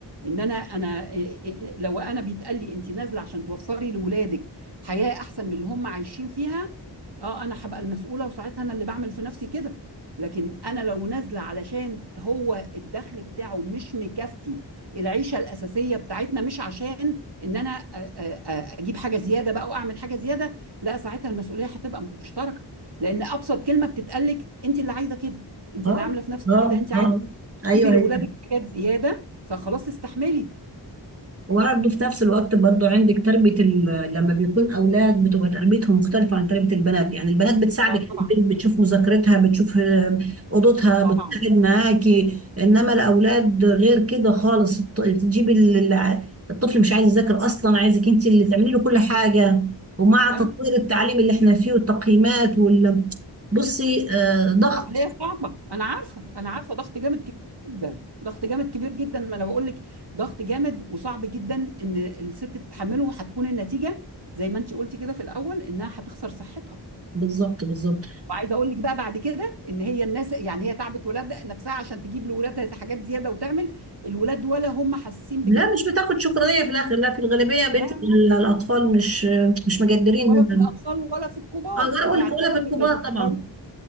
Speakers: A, on the right; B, on the right.
A: ان انا انا إيه إيه إيه، لو انا بيتقال لي انت نازله عشان توفري لاولادك حياه احسن من اللي هم عايشين فيها اه انا هبقى المسؤوله وساعتها انا اللي بعمل في نفسي كده لكن انا لو نازله علشان هو الدخل بتاعه مش مكفي العيشه الاساسيه بتاعتنا مش عشان ان انا أ- أ- أ- اجيب حاجه زياده بقى واعمل حاجه زياده لا ساعتها المسؤوليه هتبقى مشتركه لان ابسط كلمه بتتقالك انت اللي عايزه كده انت
B: اه
A: اللي عامله في نفسك
B: اه
A: كده انت عايزه
B: اه ايوه
A: تجيبي لاولادك
B: أيوه.
A: حاجات زياده فخلاص استحملي
B: وبرضه في نفس الوقت برضه عندك تربية ال- لما بيكون أولاد بتبقى تربيتهم مختلفة عن تربية البنات يعني البنات بتساعدك
A: اه
B: في
A: طبعا
B: البيت بتشوف مذاكرتها بتشوف آه، أوضتها بتقعد
A: طبعا
B: معاكي إنما الأولاد غير كده خالص الط- تجيب ال- الع- الطفل مش عايز يذاكر أصلا عايزك أنت اللي تعملي له كل حاجة ومع
A: ايوه
B: تطوير التعليم اللي احنا فيه والتقييمات وال بصي آه، ضغط
A: عمليه صعبه انا عارفه انا عارفه ضغط جامد كبير جدا ضغط جامد كبير جدا ما انا بقول لك ضغط جامد وصعب جدا ان الست تتحمله وهتكون النتيجه زي ما انت قلتي كده في الاول انها هتخسر صحتها
B: بالظبط بالظبط
A: وعايزه اقول لك بقى بعد كده ان هي الناس يعني هي تعبت ولاد نفسها عشان تجيب لولادها حاجات زياده وتعمل الولاد ولا هم حاسين
B: لا
A: بكده
B: مش بتاخد شكرانية في الآخر لا في الغالبية بيت
A: لا لا،
B: ال- الأطفال مش مش مجدرين
A: ولا في الاطفال ولا في الكبار
B: آه، لا ولا
A: يعني
B: ولا
A: حتى
B: في الكبار
A: لا في
B: طبعا
A: الكبار